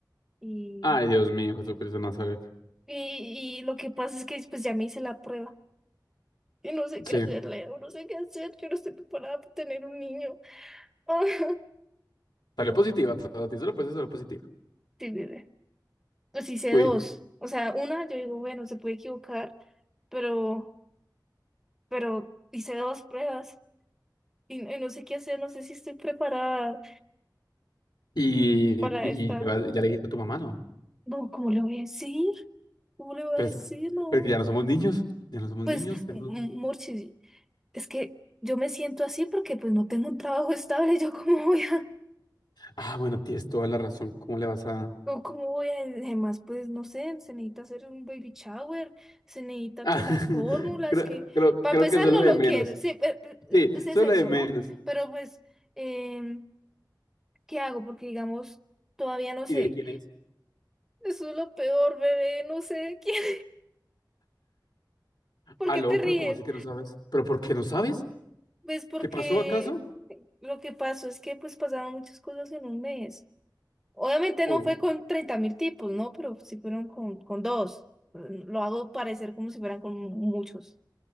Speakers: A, in the centre; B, on the left.
A: Y,
B: Ay, Dios mío, Jesucristo de Nazaret.
A: y, y lo que pasa es que pues ya me hice la prueba. Y no sé qué
B: Sí,
A: hacer, Leo, no sé qué hacer, yo no estoy preparada para tener un niño. <laughs>
B: salió positiva, todo. Te hizo la prueba, salió positiva.
A: Ah, sí, bebé. Pues hice
B: Uy.
A: dos. O sea, una yo digo, bueno, se puede equivocar, pero, pero hice dos pruebas y, y no sé qué hacer, no sé si estoy preparada
B: Y,
A: para
B: y
A: esta.
B: le vas- ya le dijiste a tu mamá, ¿no?
A: No, ¿cómo le voy a decir? ¿Cómo le voy
B: Pero
A: a decir?
B: es,
A: No.
B: es que ya no somos niños. Ya no somos
A: Pues,
B: niños. tenemos-
A: m- m- Murchi, es que yo me siento así porque pues no tengo un trabajo <laughs> estable, yo cómo voy a...
B: Ah, bueno, tienes toda la razón. ¿Cómo le vas a...?
A: O cómo voy a, además, pues no sé, se necesita hacer un baby shower, se necesita
B: Ah,
A: que las
B: <laughs>
A: fórmulas,
B: creo,
A: que
B: creo,
A: para
B: creo
A: empezar
B: que eso es
A: no
B: lo de
A: lo
B: menos.
A: quiero, sí, pe- pe-
B: Sí,
A: es es
B: eso es
A: eso,
B: lo de menos.
A: ¿no? Pero pues, em, ¿qué hago? Porque digamos, todavía no sé.
B: ¿Y de quién es?
A: Eso es lo peor, bebé, no sé <laughs> quién, ¿por
B: Aló,
A: qué te ríes?
B: pero ¿cómo así que no sabes? ¿Pero por qué no sabes?
A: Pues porque
B: ¿Qué pasó acaso?
A: lo que pasó es que pues pasaron muchas cosas en un mes. Obviamente
B: Uy,
A: no fue con treinta mil tipos, ¿no? Pero sí fueron con, con dos. Lo hago parecer como si fueran con muchos.